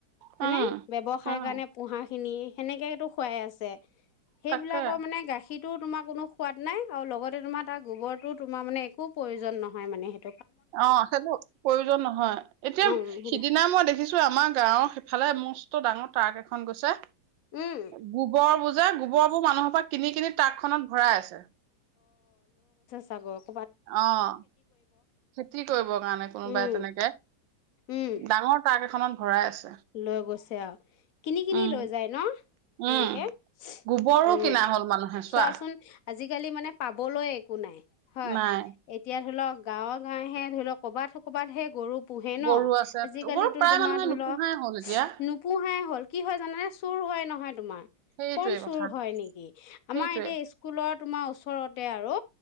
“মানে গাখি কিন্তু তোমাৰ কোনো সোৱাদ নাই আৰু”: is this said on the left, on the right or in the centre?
Left